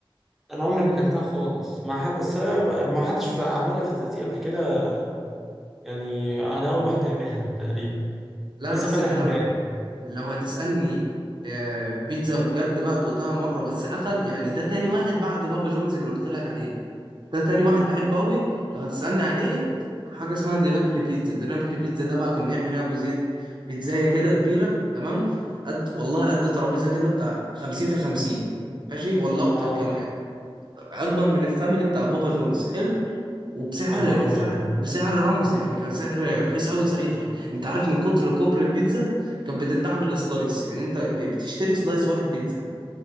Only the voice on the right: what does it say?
لا
بس
انت
لو لو هتسألني آه، بيتزا بجد بقى دقتها مرة بس قفل يعني ده تاني واحد بعد بابا جونز اللي قلت لك عليه ده تاني واحد
بحبه قوي لو هتسألني عليه حاجة اسمها دينابلي بيتزا دينابلي بيتزا ده بقى كان بيعمل ايه أبو زيد بيتزاية كده كبيرة تمام قد والله قد ترابيزة كده بتاع 50 في 50 ماشي والله أكتر
كمان أكبر من الفاميلي بتاع بابا جونز حلو وبسعر
سعر بسعر رمز يعني كان سعر رخيص قوي ساعتها انت عارف من كتر كبر البيتزا كانت بتتباع بالسلايس يعني انت ب- بتشتري سلايس واحد بيتزا